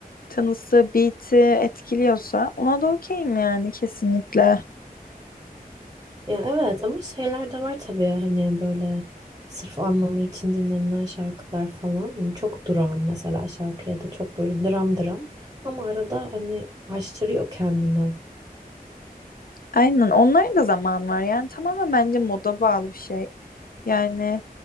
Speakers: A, on the left; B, on the right.
A: tanısı beat'i etkiliyorsa ona da okeyim yani kesinlikle.
B: Ya evet ama şeyler de var tabii hani böyle sırf anlamı için dinlenilen şarkılar falan. Yani çok durağan mesela şarkı ya da çok böyle dram dram ama arada hani aştırıyor kendini.
A: Aynen onların da zaman var yani tamamen bence moda bağlı bir şey. Yani